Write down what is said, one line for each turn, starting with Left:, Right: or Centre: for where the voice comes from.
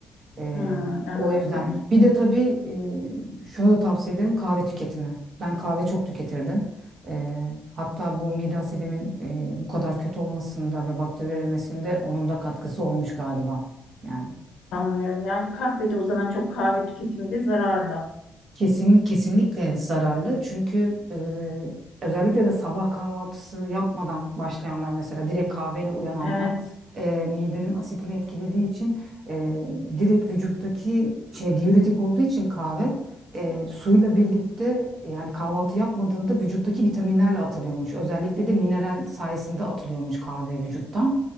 Right: E,
Left: Hı, anladım.
Right: o yüzden bir de tabii e, şuna da tavsiye ederim kahve tüketimi. Ben kahve çok tüketirdim. E, hatta bu mide asidimin e, bu kadar kötü olmasında ve bakteri üremesinde onun da katkısı olmuş galiba. Yani.
Left: Anlıyorum. Yani kahvede o zaman çok kahve tüketimi de zararlı.
Right: Kesin, kesinlikle zararlı çünkü e, özellikle de sabah kahvaltısı yapmadan başlayanlar mesela direkt kahveyle uyananlar
Left: Evet.
Right: e, midenin asitini etkilediği için e, direkt vücuttaki şimdi diüretik olduğu için kahve e, suyla birlikte e, yani kahvaltı yapmadığında vücuttaki vitaminlerle atılıyormuş. Özellikle de mineral sayesinde atılıyormuş kahve vücuttan.